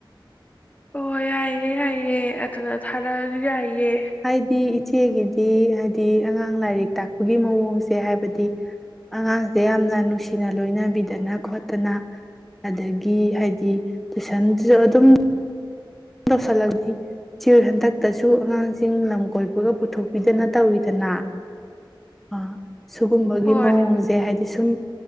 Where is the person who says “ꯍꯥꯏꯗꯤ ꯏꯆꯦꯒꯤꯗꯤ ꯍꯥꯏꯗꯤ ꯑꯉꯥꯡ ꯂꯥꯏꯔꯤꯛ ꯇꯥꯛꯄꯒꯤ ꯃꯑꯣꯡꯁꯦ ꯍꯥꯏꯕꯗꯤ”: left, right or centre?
Centre